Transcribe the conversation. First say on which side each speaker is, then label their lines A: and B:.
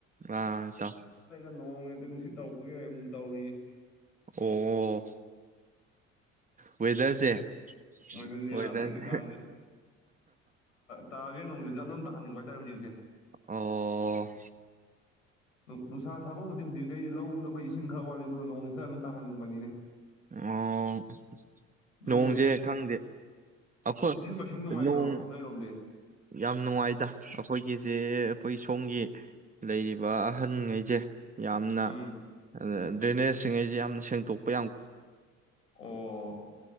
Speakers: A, on the right; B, on the left.
A: ꯑꯥ ꯆ
B: ꯅꯣꯡꯉꯦ ꯑꯗ ꯅꯨꯡꯁꯤꯠ ꯇꯧꯔꯛꯄꯒꯤ ꯑꯃꯨꯛ ꯇꯧꯔꯤ
A: ꯑꯣ ꯑ ꯋꯦꯗꯔꯁꯦ
B: ꯃꯣꯏꯗꯨꯁꯨ ꯌꯥꯗꯣꯔꯤꯁꯤ
A: ꯋꯦꯗꯔꯁꯦ
B: ꯀꯥꯟꯁꯤꯗ ꯇꯥꯒꯦ ꯅꯅꯨꯡꯗꯤ ꯆꯠꯂꯣꯝ ꯇ <inaudible> ꯒꯦ
A: ꯑꯣ
B: ꯅꯨꯡꯁꯥ ꯁꯥꯕꯕꯨꯗꯤ ꯍꯧꯖꯤꯛꯇꯇꯩꯤ ꯂꯧꯗ ꯑꯩꯈꯣꯏ ꯏꯁꯤꯡ ꯈꯔ ꯋꯥꯠꯂꯤ ꯑꯗꯨꯅ ꯅꯣꯡꯒꯤ ꯈꯔ ꯑꯗꯨꯝ ꯇꯥꯍꯟꯅꯤꯡꯕꯅꯤꯅꯦ
A: ꯑꯣ
B: ꯅꯣꯏ
A: ꯅꯣꯡꯁꯦ ꯈꯪꯗꯦ ꯑꯩꯈꯣꯏ
B: ꯏꯁꯤꯡ ꯃꯥꯏꯁꯤꯡ ꯅꯨꯡꯉꯥꯏꯕ꯭ꯔꯣ
A: ꯅꯣꯡ
B: ꯅꯣꯏꯔꯣꯝꯗꯤ
A: ꯌꯥꯝ ꯅꯨꯡꯉꯥꯏꯗ ꯑꯩꯈꯣꯏꯒꯤꯁꯦ ꯑꯩꯈꯣꯏ ꯁꯣꯝꯒꯤ ꯂꯩꯔꯤꯕ ꯑꯍꯟꯉꯩꯁꯦ ꯌꯥꯝꯅ
B: ꯎꯝ
A: ꯑꯗꯨꯗ ꯗ꯭ꯔꯦꯅꯦꯖꯁꯤꯡꯩꯁꯦ ꯌꯥꯝꯅ ꯁꯦꯡꯗꯣꯛꯄ
B: ꯑꯣ